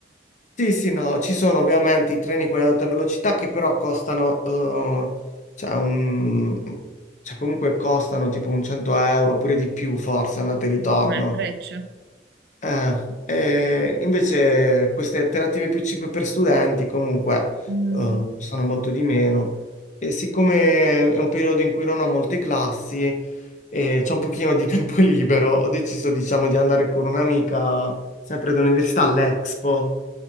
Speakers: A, on the left; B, on the right.
A: Sì, sì, no, ci sono ovviamente i treni quelli ad alta velocità che però costano, eh, cioè, un- cioè comunque costano tipo un 100 euro oppure di più forse, andate e ritorno.
B: un po' come le frecce.
A: Eh, e invece queste alternative più cheap per studenti comunque
B: Mm.
A: eh, costano molto di meno e siccome è un periodo in cui non ho molte classi e c'ho un pochino di tempo <laughs> libero, ho deciso diciamo di andare con un'amica sempre dell'università all'Expo.